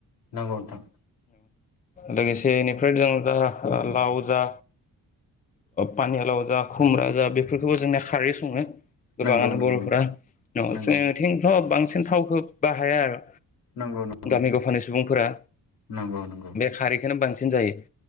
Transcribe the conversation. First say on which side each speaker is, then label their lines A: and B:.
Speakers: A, on the left (about 85°); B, on the left (about 20°).
A: नोंथां
B: लोगोसे बेनिफ्राय जों दा लाव जा पानियालाव जा खुमब्रा जा बेफोरखौबो जोंना खारै सङो गोबाङानो
A: नंगौ नंगौ
B: बर'फोरा
A: नोंथां
B: न'आवथिंथ'
A: नंगौ
B: बांसिन बांसिन थावखौ बाहाया आरो
A: नंगौ नोंथां नंगौ
B: गामि गफानि सुबुंफोरा
A: नंगौ नंगौ नंगौ
B: बे खारैखौनो बांसिन साबसिन जायो